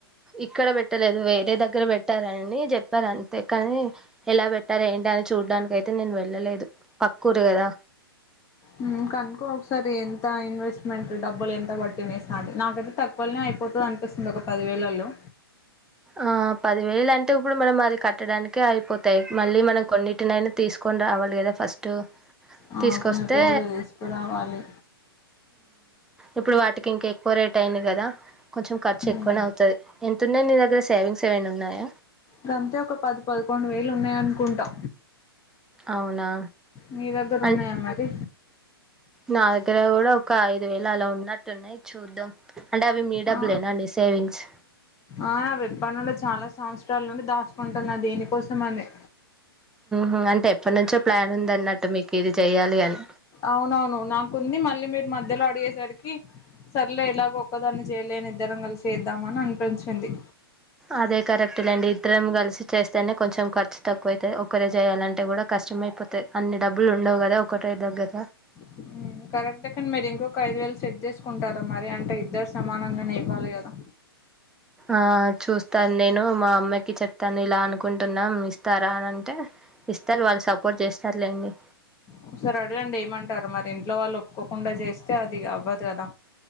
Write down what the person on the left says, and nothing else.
హమ్ కనుకో ఒకసారి ఎంత ఇన్వెస్ట్ మంటట్ డబ్బులు ఎంత పట్టి వేసి నాకైతే తక్కువలనే అయిపోతది అనిపిస్తుంది ఒక పదివేలలో
ఆ
కొన్ని కోళ్ళు తీసుకురావాలి
మ్
గంతే ఒక పది పదకొండు వేలు ఉన్నయనుకుంటా
మీ దగ్గర
ఉన్నాయా మరి
ఆ
ఆ విప్పనుండి చాలా సంవత్సరాల చాల నుండి దాచుకుంటున్న దేనికోసం అని
అవునవును నాకుంది మళ్ళీ మీరు మధ్యలో అడిగేసరికి సర్లే ఎలా ఒక్కదాన్నే చెయ్ లేని ఇద్దరం కలిసి చేద్దామని అనిపించింది
హమ్ కరెక్టే కాని మీరు ఇంకొక ఐదు వేలు సెట్ చేసుకుంటారా మరి అంటే ఇద్దరు సమానంగానే ఇవ్వాలి కదా
ఒకసారి అడగండి ఏమంటారు మరి ఇంట్లో వాళ్ళు ఒప్పుకోకుండా చేస్తే అది అవ్వదు కదా